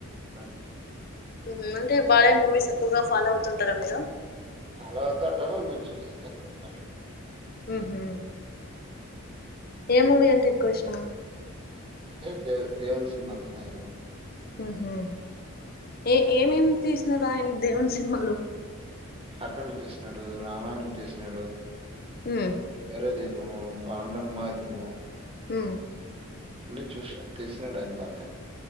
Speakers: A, on the right; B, on the left.
A: ఆ
B: హు అంటే బాలయ్య మూవీస్ ఎక్కువగా ఫాలో అవుతుంటారా మీరు
A: ఫాలో అవుతా ఉంటాము మేము చూసేది తక్కువ అట్లా
B: ఉహు ఏ మూవీ అంటే ఎక్కువ ఇష్టము
A: అంటే దే దేవుని సినిమాలో ఆయనవి
B: హు హూ ఏ ఏమేమి తీసిన ఆయన దేవుని సినిమాలు
A: అఖండ తీసినాడు రామాయణం తీసినాడు
B: మ్మ్
A: భైరవ దీపము పాండురంగ మహత్యము
B: హు
A: న చూసినా తీసినాడు ఆయన బాగానే